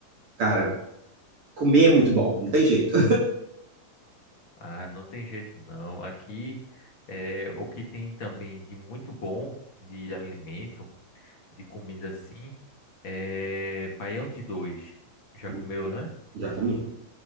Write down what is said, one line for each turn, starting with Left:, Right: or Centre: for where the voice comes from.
Right: cara, Comer é muito bom, não tem jeito.
Left: Ah, não tem jeito não. Aqui é o que tem também de muito bom de alimento, de comida assim, é baião de dois. Já
Right: <laughs>
Left: comeu, né?
Right: Já comi.